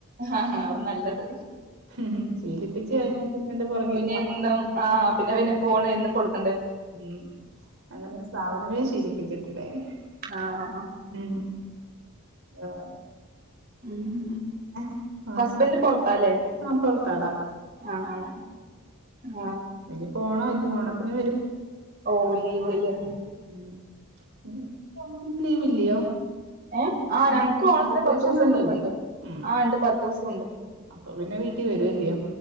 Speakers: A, on the right; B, on the right.
A: ആഹ ആ നല്ലത്
B: മം, ശീലിപ്പിച്ചു,
A: ഉം
B: കഴിഞ്ഞാ- പിന്നെ, അതിന്റെ, പുറകെ.
A: പിന്നെ, എന്നും, ആ, പിന്നെ, പിന്നെ, ഫോൺ, എന്നും, കൊടുക്കും.
B: മം, അങ്ങനെ, ഒരു, സാധനമേ ശീലിപ്പിച്ചിട്ടില്ലേ, <unintelligible> ഞാൻ
A: ആഹ
B: ഉം ആഹ
A: ഉം
B: ആഹ
A: ഹസ്ബന്റ് പോർത്താലെ
B: ആഹ് പോർത്താടാ
A: ആഹ ആ ആഹ
B: ഇനിപ്പോ ഓണായില്ലേ ഓണത്തിന് വരും
A: ഓ, ലീവല്ലേ
B: മം, അപ്പൊ, അവർക്ക്, ലീവില്ലയോ.
A: എ, ആ, ഞങ്ങക്കും,
B: ഇനി
A: ഓണത്തിന്,
B: ആ വെക്കേഷൻ
A: പത്ത്, ദിവസം,
B: ഉണ്ടല്ലോ.
A: ലീവോണ്ട്,
B: ഉം
A: ആ ഇണ്ട്, പത്തുദിവസോംണ്ട്.
B: അപ്പൊ, പിന്നെ, വീട്ടിൽ വരുവല്ലയോ.